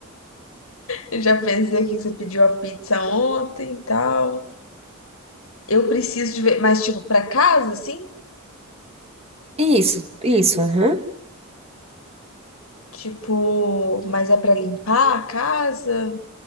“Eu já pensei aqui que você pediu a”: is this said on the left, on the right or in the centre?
Left